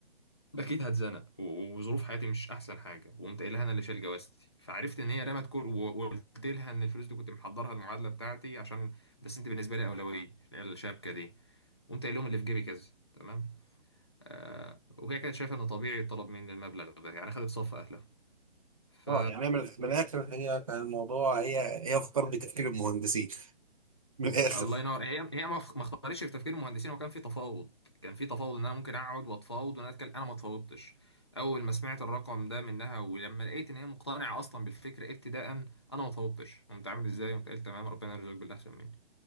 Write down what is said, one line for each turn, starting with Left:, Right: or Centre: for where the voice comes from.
Left: أكيد هتزنق و- وظروف حياتي مش أحسن حاجة وقمت قايل لها أنا اللي شايل جوازتي فعرفت إن هي رمت كل و- وقلت لها إن الفلوس دي كنت محضرها المعادلة بتاعتي عشان بس أنت بالنسبة لي أولوية اللي هي الشبكة دي قمت قايل لهم اللي في جيبي كذا تمام آه وهي كانت شايفة إن طبيعي يطلب مني المبلغ ده يعني خدت صف أهلها ف
Right: اه يعني من من الاخر هي كان الموضوع هي هي افكار بتفكير المهندسين من الاخر
Left: الله ينور هي هي ما ما اختارتش في تفكير المهندسين وكان في تفاوض كان في تفاوض ان انا ممكن اقعد واتفاوض وانا اتكلم انا ما اتفاوضتش اول ما سمعت الرقم ده منها ولما لقيت ان هي مقتنعه اصلا بالفكره ابتداء انا ما اتفاوضتش قمت عامل ازاي قمت قايل تمام ربنا يرزقك باللي احسن مني